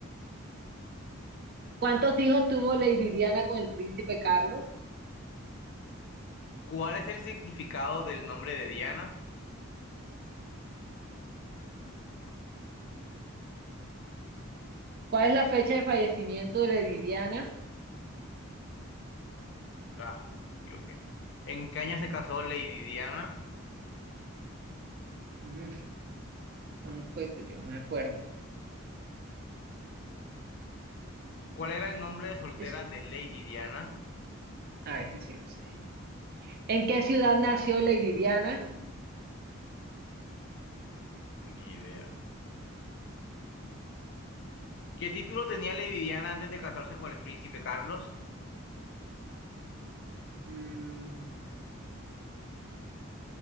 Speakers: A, on the right; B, on the left.
A: ¿Cuántos hijos tuvo Lady Diana con el príncipe Carlos?
B: ¿Cuál es el significado del nombre de Diana?
A: ¿Cuál es la fecha de fallecimiento de Lady Diana?
B: Ah, yo qué. ¿En qué año se casó Lady Diana?
A: Mm, no no fue, yo no me acuerdo.
B: ¿Cuál era el nombre de soltera
A: Es,
B: de Lady Diana?
A: ah, ese sí lo sé. ¿En qué
B: Ni,
A: ciudad nació Lady Diana?
B: ni idea. ¿Qué título tenía Lady Diana antes de casarse con el príncipe Carlos?
A: Mm,